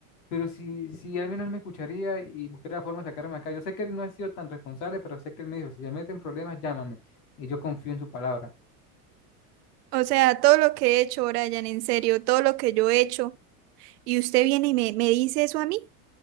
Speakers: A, on the left; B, on the right.
A: Pero si, si al menos me escucharía y buscaría la forma de sacarme acá, yo sé que él no ha sido tan responsable, pero sé que él me dijo, si se mete en problemas, llámame. Y yo confío en su palabra.
B: O sea, todo lo que he hecho, Brian, en serio, todo lo que yo he hecho, y usted viene y me, me dice eso a mí,